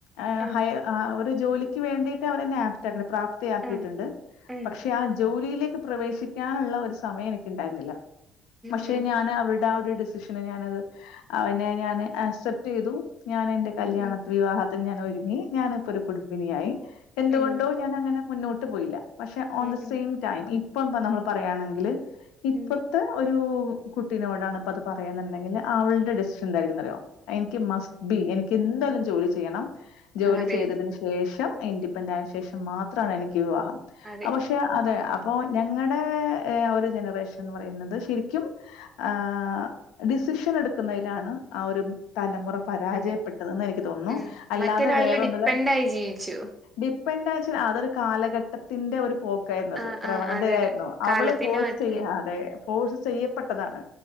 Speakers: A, on the left; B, on the right.
A: ആഹ്
B: ആ
A: ഹൈ ആഹ് ഒരു ജോലിക്ക് വേണ്ടിട്ട് അവരെന്നെ ആപ്റ്റ് ആക്കിട്ട് പ്രാപ് തിയാക്കിയിട്ടുണ്ട്
B: ആ ഉം ഉം
A: പക്ഷെ ആഹ് ജോലിയിലേക്ക് പ്രവേശിക്കാനുള്ള ഒരു സമയം എനിക്ക് ഉണ്ടായിരുന്നില്ല. പക്ഷെ
B: ഉം
A: ഞാൻ അവിട് ദാ ഒരു ഡിസിഷനെ ഞാനത് അതിനെ ഞാന് അക്സെപ്റ്റ് ചെയ്തു. ഞാൻ എന്റെ കല്യാണ
B: ഉം
A: വിവാഹത്തിന് ഞാൻ ഒരുങ്ങി ഞാൻ ഇപ്പൊ ഒരു കുടുംബിനിയായി എന്തുകൊണ്ടോ
B: ഉം
A: ഞാൻ അങ്ങനെ മുന്നോട്ട് പോയില്ല പക്ഷെ ഓൺ
B: ഉം
A: ദി
B: ഉം
A: സെയിം ടൈം ഇപ്പൊ എന്താ നമ്മള് പറയാണെങ്കില്. ഇപ്പത്തെ
B: ഉം
A: ഒരു കുട്ടിനോടാണ് ഇപ്പ അത് പറയാണ്‌ന്നുണ്ടെങ്കില് അവളുടെ ഡിസിഷൻ എന്തായിരിക്കും അറിയോ? എനിക്ക് മസ്റ്റ് ബി എനിക്ക് എന്തായാലും ജോലി ചെയ്യണം. ജോലി
B: അതെ
A: ചെയ്തതിന് ശേഷം ഇൻഡിപെൻഡ് ആയ ശേഷം മാത്രമാണ് എനിക്ക് വിവാഹം
B: അതെ
A: ആഹ് പക്ഷെ അതെ അപ്പൊ ഞങ്ങടെ ഒരു ജനറേഷൻ എന്ന് പറയുന്നത് ശരിക്കും. ആഹ് ഡിസിഷൻ എടുക്കുന്നതിലാണ് ആഹ് ഒരു തലമുറ പരാജയപ്പെട്ടത്
B: അതെ
A: എന്ന് എനിക്ക് തോന്നുന്നു
B: ഉം
A: അല്ലാതെ
B: മറ്റൊരാളിൽ
A: വേറൊന്നില്
B: ഡിപ്പെൻഡായി ജീവിച്ചു
A: ഡിപ്പെൻഡ് വെച്ചാൽ അതൊരു കാലഘട്ടത്തിന്റെ ഒരു പോക്കായിരുന്നു അത്.
B: ആഹ്
A: പ്രവണതയായിരുന്നു
B: ആഹ് അതെ അതെ കാലത്തിന്റെ
A: അവള് ഫോഴ്സ്
B: മാറ്റം
A: ചെയ്യാൻ. അതെ ഫോഴ്സ് ചെയ്യപ്പെട്ടതാണ്